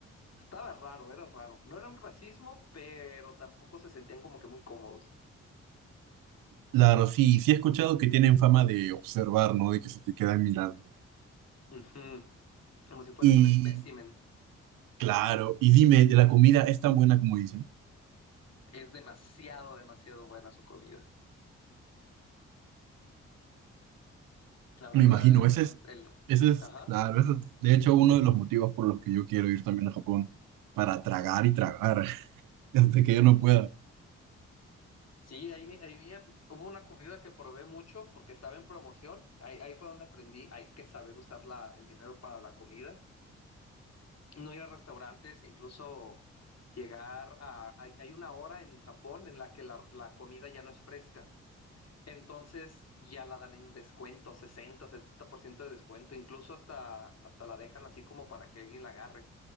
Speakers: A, on the left; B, on the right.
A: estaba raro, era raro. No era un racismo, pero tampoco se sentían como que muy cómodos.
B: Claro, sí, sí he escuchado que tienen fama de observar, ¿no? De que se te quedan mirando.
A: Ujú, Como si fueras
B: Y,
A: un espécimen.
B: claro, y dime, ¿de la comida es tan buena como dicen?
A: Es demasiado, demasiado buena su comida. La verdad
B: Me imagino,
A: es
B: ese es,
A: el...
B: ese es,
A: Ajá.
B: claro, ese es, de hecho, uno de los motivos por los que yo quiero ir también a Japón, para tragar y tragar, <laughs> hasta que yo no pueda.
A: Sí, ahí, mi- ahí mi- hubo una comida que probé mucho porque estaba en promoción. Ahí, ahí fue donde aprendí, hay que saber usar la, el dinero para la comida. No ir a restaurantes, incluso llegar a... Hay, hay una hora en Japón en la que la, la comida ya no es fresca. Entonces ya la dan en descuento, sesenta setenta por ciento de descuento. Incluso hasta, hasta la dejan así como para que alguien la agarre.